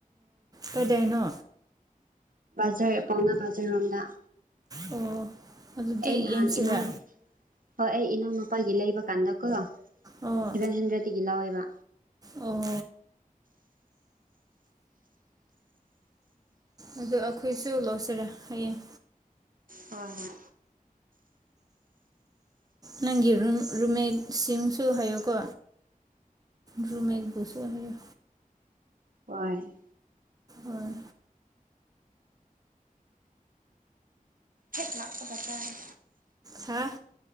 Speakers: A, on the right (about 25°); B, on the right (about 70°).
A: ꯀꯩꯗꯩꯅꯣ
B: ꯖꯔ ꯄꯥꯎꯅꯥ ꯕꯖꯔ ꯔꯣꯝꯗ
A: ꯑꯣ ꯑꯗꯨꯗꯤ
B: ꯑꯦ ꯅꯍꯥꯟ
A: ꯌꯦꯡꯁꯤꯔꯥ
B: ꯏꯅꯣ ꯍꯣꯏ ꯑꯩ ꯏꯅꯧ ꯅꯨꯨꯄꯥꯜꯒꯤ ꯂꯩꯕ ꯀꯥꯟꯗꯀꯣ
A: ꯑꯣ
B: ꯁꯦꯚꯦꯟ ꯍꯟꯗ꯭ꯔꯦꯗꯇꯒꯤ ꯂꯥꯎꯋꯦꯕ
A: ꯑꯣ ꯑꯗꯣ ꯑꯩꯈꯣꯏꯁꯨ ꯂꯧꯁꯤꯔꯦ ꯍꯌꯦꯡ
B: ꯍꯣꯏ ꯍꯣꯏ
A: ꯅꯪꯒꯤ ꯔꯨꯝ ꯔꯨꯝꯃꯦꯠꯁꯤꯡꯁꯨ ꯍꯥꯏꯌꯣꯀꯣ ꯔꯨꯝꯃꯦꯛ ꯕꯨꯁꯨ ꯍꯥꯏꯌꯨ
B: ꯍꯣꯏ
A: ꯑꯥꯏ
B: ꯍꯦꯜ ꯂꯥꯛꯄꯒ ꯆꯥꯔꯦ
A: ꯁꯥ